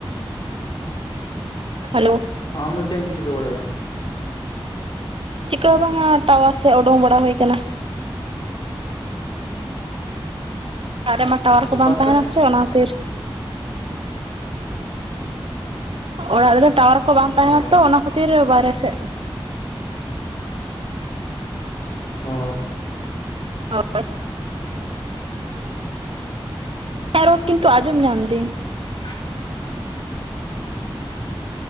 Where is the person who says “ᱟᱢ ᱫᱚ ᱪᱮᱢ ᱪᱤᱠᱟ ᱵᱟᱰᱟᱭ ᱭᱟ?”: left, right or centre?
Left